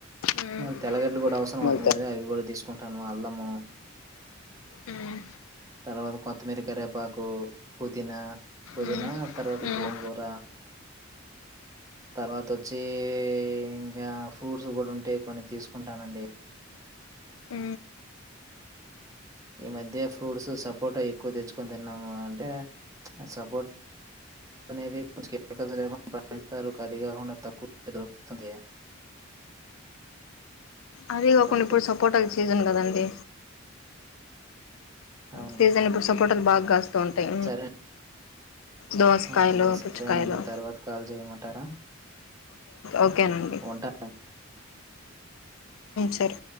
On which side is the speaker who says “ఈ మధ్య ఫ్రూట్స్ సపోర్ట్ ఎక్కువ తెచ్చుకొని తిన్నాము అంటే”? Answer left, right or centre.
Right